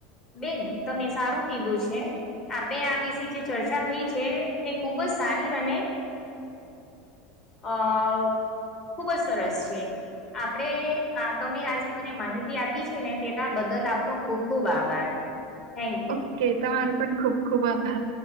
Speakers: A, on the left; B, on the right.
A: બેન તમે સારું દીધું છે આપણે આ વિશે જે ચર્ચા થઈ છે તે ખુબ જ સારી અને
B: <inaudible>
A: આ ખુબ જ સરસ છે આપણે તમે આજે મને માહિતી આપી ને તેના બદલ આપનો ખુબ ખુબ આભાર થેન્ક
B: ઓકે
A: યુ
B: તમારો પણ ખુબ ખુબ આભાર